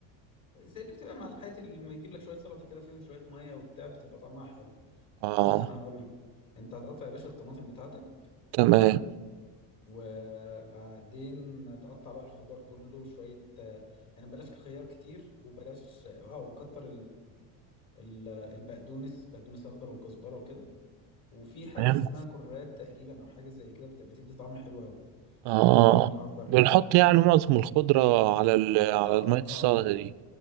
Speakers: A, on the left (about 45°); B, on the right (about 60°).
A: زي اللي بتبقى مع الحياتي اللي بيجيب لك شويه سلطه كده فيهم شويه ميه وبتاع بتبقى طعمها حلو
B: اه
A: بص انا هقول لك انت هتقطع يا باشا الطماطم بتاعتك
B: تمام
A: وبعدين تقطع بقى الخضار كله شويه آه، يعني بلاش خيار كتير وبلاش اه وكتر ال- البقدونس بقدونس اخضر وكزبره وكده وفي حاجه
B: تمام
A: اسمها كرات تقريبا او حاجه زي كده بت- بتدي طعم حلو قوي
B: اه
A: بيبقى لونها اخضر
B: بنحط
A: كده
B: يعني معظم الخضره على ال... على
A: اه
B: ميه السلطه
A: اه
B: دي